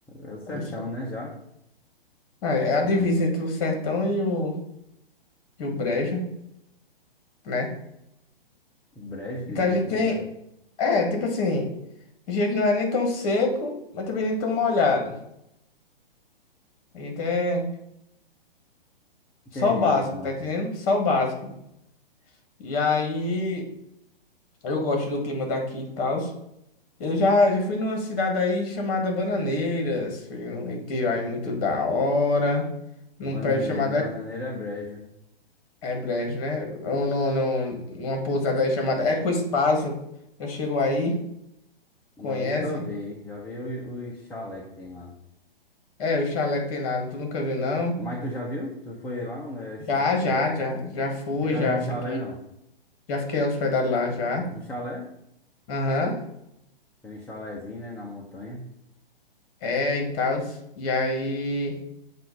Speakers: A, in the centre; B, on the left.
A: É o sertão,
B: não sabe.
A: né? Já?
B: Ah, É a
A: Não.
B: divisa entre o sertão e o, e o brejo, né?
A: O Brejo, divisa
B: Então a gente
A: com
B: tem.
A: o Brejo.
B: É, tipo assim, a gente não é nem tão seco, mas também nem tão molhado. A gente é
A: Entendi
B: só o básico,
A: como
B: tá
A: é.
B: entendendo? Só o básico. E aí, eu gosto do clima daqui e tal. Eu já, já fui numa cidade aí chamada Bananeiras, fui num retiro aí muito da hora, num
A: bananeira
B: prédio chamado
A: bananeira é Brejo.
B: É Brejo, né? Ou no, no, numa pousada aí chamada Ecospásio. Já chegou aí? Conhece?
A: Não, nunca vi. Já vi o- os chalé que tem lá.
B: É, o chalé que tem lá, tu nunca viu, não?
A: Mas tu já viu? Tu foi lá onde é essa-
B: Já,
A: onde
B: já,
A: é?
B: já. Já fui,
A: Ficasse
B: já
A: num
B: fiquei.
A: chalé, não.
B: Já fiquei hospedado lá, já.
A: Num chalé?
B: Aham.
A: Tem um chalézinho, né? Na montanha.
B: É, e tal. E aí...